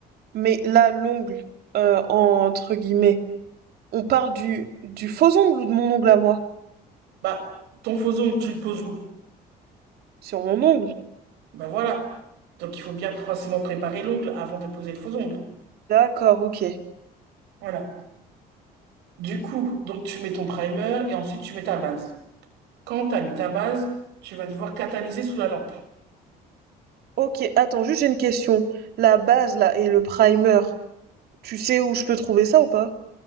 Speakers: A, on the right (about 70°); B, on the right (about 85°).
A: Mais là, l'ongle, euh, entre guillemets, on parle du, du faux ongle ou de mon ongle à moi?
B: Bah, ton faux ongle, tu le poses où?
A: Sur mon ongle?
B: Ben voilà. Donc il faut bien forcément préparer l'ongle avant de poser le faux ongle.
A: D'accord, ok.
B: Voilà. Du coup, donc tu mets ton primer et ensuite tu mets ta base. Quand tu as mis ta base, tu vas devoir catalyser sous la lampe.
A: Ok, attends, juste j'ai une question. La base, là, et le primer, Tu sais où je peux trouver ça ou pas?